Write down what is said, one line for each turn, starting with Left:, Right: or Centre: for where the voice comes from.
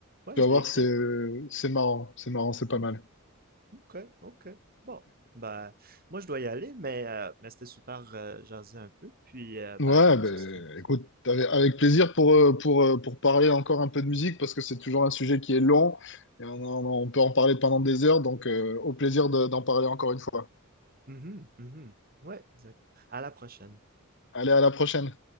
Right: ouais,
Left: Tu
Right: je
Left: vas voir,
Right: l'ai écrit.
Left: c'est c'est marrant, c'est marrant, c'est pas
Right: Hmm,
Left: mal.
Right: Ok, ok. Bon, bah, moi, je dois y aller, mais, euh, mais c'était super euh, jaser un peu, puis, euh, bah,
Left: Ouais, ben
Right: ce serait...
Left: écoute, avec avec plaisir pour, euh, pour, euh, pour parler encore un peu de musique, parce que c'est toujours un sujet qui est long, et on, en- on peut en parler pendant des heures, donc euh, au plaisir de- d'en parler encore une fois.
Right: Mhm, mhm. Ouais, exact. À la prochaine.
Left: Allez, à la prochaine.